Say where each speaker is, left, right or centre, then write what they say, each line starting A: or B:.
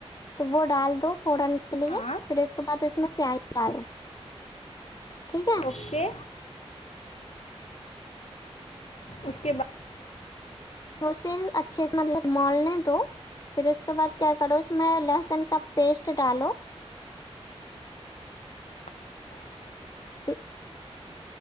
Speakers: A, on the left; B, on the left.
A: تو وہ ڈال دو فورن کے لیے
B: ہاں
A: پھر اس کے بعد اس میں پیاز ڈالو ٹھیک ہے
B: اوکے اس کے بعد
A: ہو سل اچھے سے مطلب مولنے دو پھر اس کے بعد کیا کرو اس میں لہسن کا پیسٹ ڈالو
B: <inaudible>
A: <inaudible>